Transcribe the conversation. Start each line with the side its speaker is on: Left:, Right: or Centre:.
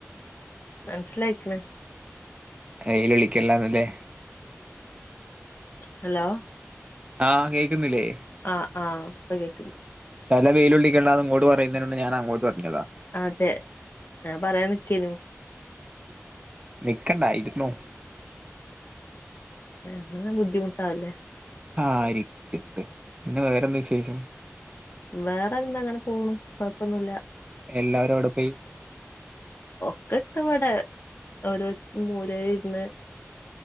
Left: മനസിലായിക്കണ്
Right: വെയിലൊളിക്കല്ലാന്നല്ലേ
Left: ഹലോ
Right: ആഹ് കേക്കുന്നില്ലേ
Left: ആഹ് ആഹ് പകേക്കണ്ട്
Right: തല വെയിലുള്ളിക്കണ്ടാന്ന് ഇങ്ങോട്ട് പറയുന്നയിന് ഞാനങ്ങോട്ട് പറഞ്ഞതാ
Left: അതെ ആഹ് പറയാൻ നിക്കേനു
Right: നിക്കണ്ട ഇരുന്നോ
Left: ഏഹ് അങ്ങനെ ബുദ്ധിമുട്ടാവല്ലേ
Right: ആരിക്കുംട്ടിങ്ങോട്ട് പിന്നെ വേറെന്താ വിശേഷം
Left: വേറെന്തന്താ അങ്ങനെ പോണു കൊഴപ്പൊന്നുല്ല
Right: എല്ലരുവിടെ പോയി
Left: ഒക്കെട്ട് ഇവിടെ ഓരോ മൂല ഇരുന്ന്